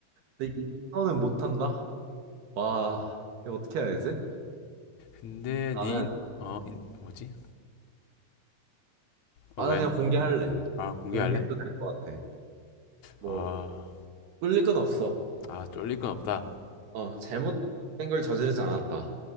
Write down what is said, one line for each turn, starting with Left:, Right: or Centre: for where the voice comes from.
Right: 근데 이거는 못한다? 와, 이거 어떻게 해야 되지?
Left: 근데
Right: 나는,
Left: 네 인, 어, 인, 뭐지? 어,
Right: 아,
Left: 왜?
Right: 나 그냥 공개할래.
Left: 아, 공개할래?
Right: 공개해도 될 것 같아. 뭐,
Left: 아,
Right: 뿔릴 건 없어.
Left: 아, 쫄릴 건 없다.
Right: 어, 잘못된 걸 저지르지 않았다.